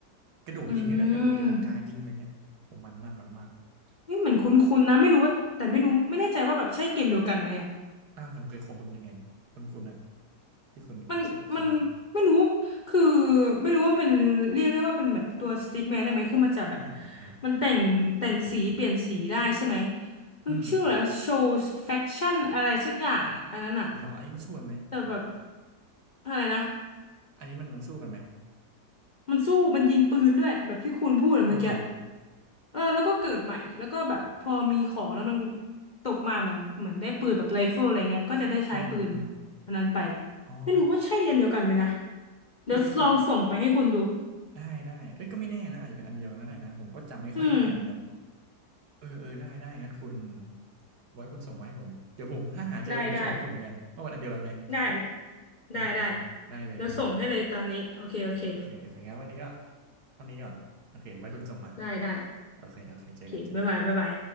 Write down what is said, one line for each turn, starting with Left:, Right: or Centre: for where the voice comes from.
Right: กระโดดยิงก็ได้ด้วยกระโดดตีลังกายิงอะไรเงี้ยผมมันมากมันมาก
Left: อืมเี่เหมือนคุ้นๆนะไม่รู้ว่าแต่ไม่รู้ไม่แน่ใจว่าแบบใช่เกมเดียวกันไหมอ่ะ
Right: อ้าวคุณเกยของคุณเป็นยังไงคุณคุณอ่ะที่คุณคิดคุณคุณ
Left: มันมันไม่รู้ คือไม่รู้ว่ามันเป็นเรียกได้ว่าเป็นแบบตัวสติ๊กแมนได้ไหม คือมันจะแบบ
Right: อ่าอ่าอ่า
Left: มันแต่งแต่งสีเปลี่ยนสีได้ใช่ไหม มันชื่อแล้วโชว์แฟคชั่นอะไรสักอย่างอ่ะอันนั้นอ่ะ
Right: อืมเหรออันนี้มันสู้กันไหม
Left: แต่แบบอะไรนะ
Right: อันนี้มันมันสู้กันไหม
Left: มันสู้มันยิงปืนด้วยแบบที่คุณพูดอะเมื่อกี้
Right: เอาเหรอ
Left: เออแล้วก็เกิดใหม่แล้วก็แบบพอมีของแล้วมันตกมาเหมือนเหมือนได้ปืนแบบไรเฟิลอะไรเงี้ยก็จะได้ใช้ปืน
Right: อือหืออือหือ
Left: อันนั้นไป
Right: อ๋อ
Left: ไม่รู้ว่าใช่อันเดียวกันไหมนะเดี๋ยวลองส่งไปให้คุณดู
Right: พี่ก็ ได้ได้เอ้ยก็ไม่แน่นะอาจจะเป็นอันเดียวก็ได้นะผมก็จำไม่ค่อยได้เหมือนกัน
Left: อืม
Right: เออเออได้ได้งั้นคุณไว้คุณส่งมาให้ผมเดี๋ยวผมถ้าหาเจอผมจะส่งให้คุณเหมือนกันว่ามันอันเดียวกันไหม
Left: ได้ได้ได้นะ
Right: อ่าอ่าได้เลยได้เลย
Left: ได้ได้เดี๋ยวส่งให้เลยตอนนี้โอเคโอเค
Right: โอเคโอเคงั้นวันนี้ก็เท่านี้ก่อนโอเคไว้คุณส่งมา
Left: ได้ได้
Right: โอเคโอเคเจอกันเจอกัน
Left: โอเคบ๊ายบายบ๊ายบาย